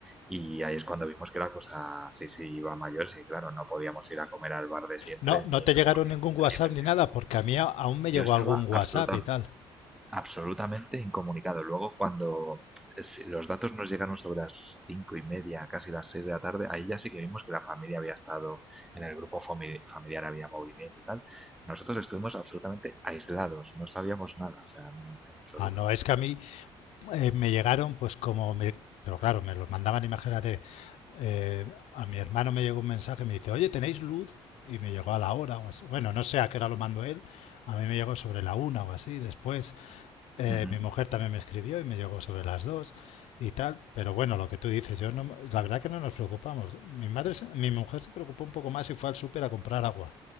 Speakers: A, in the centre; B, on the left.
A: y ahí es cuando vimos que la cosa sí, sí iba mayor, sí, claro, no podíamos ir a comer al bar de siempre
B: No, no
A: ni
B: te
A: nada,
B: llegaron
A: porque
B: ningún WhatsApp
A: nadie tendría.
B: ni nada, porque a mí a- aún me llegó
A: Yo estaba
B: algún WhatsApp
A: absolutamente
B: y tal.
A: absolutamente incomunicado. Luego, cuando eh, si los datos nos llegaron sobre las cinco y media, casi las seis de la tarde, ahí ya sí que vimos que la familia había estado en el grupo familiar, había movimiento y tal. Nosotros estuvimos absolutamente aislados, no sabíamos nada, o sea, no, en absoluto.
B: Ah, no, es que a mí eh, me llegaron, pues como me. Pero claro, me los mandaban, imagínate. eh, a mi hermano me llegó un mensaje y me dice, oye, ¿tenéis luz? Y me llegó a la hora o así. Bueno, no sé a qué hora lo mandó él. A mí me llegó sobre la una o así. Después Eh,
A: Ujú.
B: mi mujer también me escribió y me llegó sobre las dos y tal, pero bueno, lo que tú dices, yo no, la verdad que no nos preocupamos. Mi madre, se- mi mujer se preocupó un poco más y fue al súper a comprar agua.